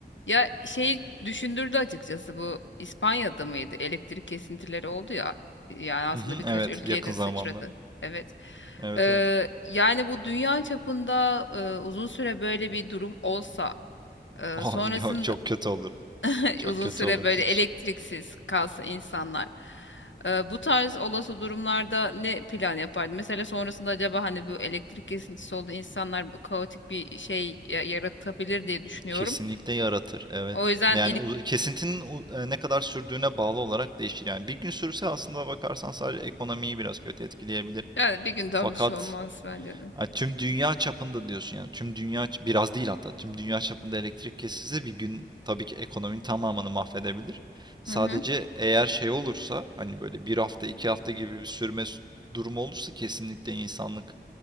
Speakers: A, on the left; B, on the right.
A: Ya şeyi düşündürdü açıkçası bu İspanya'da mıydı? Elektrik kesintileri oldu ya. Yani aslında
B: Hı hı,
A: birkaç
B: evet
A: ülkeye
B: yakın
A: de
B: zamanda.
A: sıçradı. Evet.
B: Evet
A: Ee,
B: evet.
A: yani bu dünya çapında e, uzun süre böyle bir durum olsa,
B: <laughs>
A: e,
B: Oh,
A: sonrasında
B: yok çok kötü olur.
A: <laughs>
B: Çok
A: uzun
B: kötü
A: süre
B: olur
A: böyle
B: hiç.
A: elektriksiz kalsa insanlar. e, bu tarz olası durumlarda ne plan yapardı? Mesela sonrasında acaba hani bu elektrik kesintisi oldu insanlar kaotik bir şey ya- yaratabilir diye düşünüyorum.
B: Kesinlikle yaratır evet.
A: O yüzden
B: Yani uz- kesintinin u- e, ne kadar sürdüğüne bağlı olarak değişir. Yani bir gün sürse aslında bakarsan sadece ekonomiyi biraz kötü etkileyebilir.
A: Yani bir günden
B: Fakat
A: bir şey olmaz bence de.
B: Ha, tüm dünya çapında diyorsun yani. Tüm dünya ç- biraz değil hatta. Tüm dünya çapında elektrik kesilse bir gün tabii ki ekonominin tamamını mahvedebilir. Sadece
A: Hı hı.
B: eğer şey olursa hani böyle bir hafta iki hafta gibi bir sürme s- durumu olursa kesinlikle insanlık